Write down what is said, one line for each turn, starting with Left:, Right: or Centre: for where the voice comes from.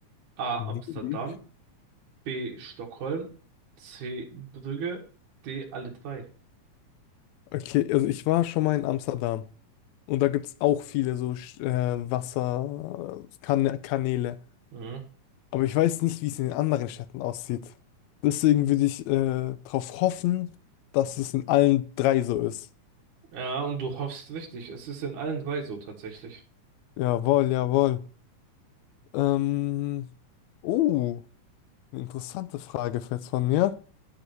Right: A.
Left: Venedig?
Right: Amsterdam, B. Stockholm, C. Brügge, D. Alle drei.
Left: Okay, also ich war schon mal in Amsterdam und da gibt es auch viele so Sch- äh, Wasserkanäle.
Right: Mhm.
Left: Aber ich weiß nicht, wie es in den anderen Städten aussieht. Deswegen würde ich äh, darauf hoffen, dass es in allen drei so ist.
Right: Ja, und du hoffst richtig. Es ist in allen drei so tatsächlich.
Left: Jawohl, jawohl. Ähm, oh, eine interessante Frage jetzt von mir.